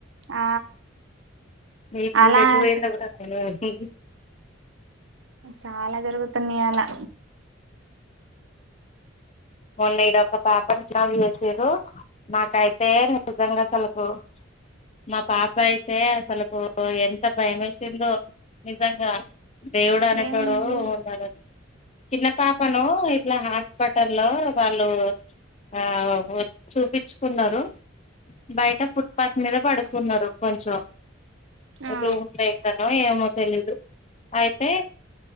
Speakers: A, on the right; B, on the left.
A: ఆ
B: ఈ పిల్ల
A: అలా
B: ఎటు పోయిందో కూడా తెలువది
A: చాలా జరుగుతున్నాయి అలా
B: మొన్న ఇడ ఒక పాప జాయిన్ చేసారు మాకైతే నిజంగా అసలుకు <inaudible> మా పాప అయితే అసలుకు ఎంత భయం వేసిందో నిజంగా దేవుడు అనేటోడు
A: ఏమైంది
B: ఉండాలి చిన్న పాపను ఇట్లా హాస్పిటల్ లో వాళ్ళు ఆ చూపించుకున్నారు బయట పుట్పాత్ మీద పడుకున్నారు కొంచెం
A: ఆ
B: రూమ్ లేకనో ఏమో తెలీదు అయితే